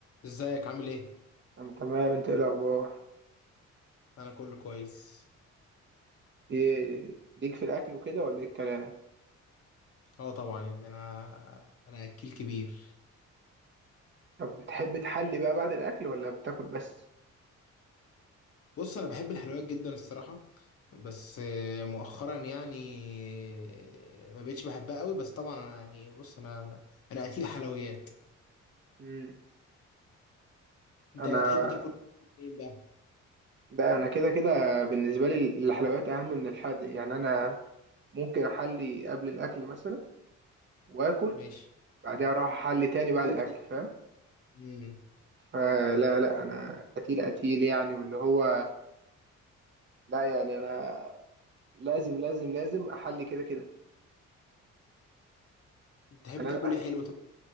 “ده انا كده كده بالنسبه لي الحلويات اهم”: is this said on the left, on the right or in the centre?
Right